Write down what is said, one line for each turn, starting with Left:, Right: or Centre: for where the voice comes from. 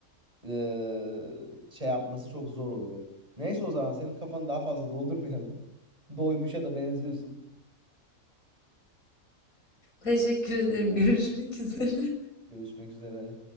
Right: eee, şey yapması çok zor oluyor. Neyse o zaman senin kafanı daha fazla doldurmayalım. <laughs> Doymuşa da benziyorsun.
Left: Teşekkür ederim. Görüşmek üzere.
Right: Görüşmek üzere.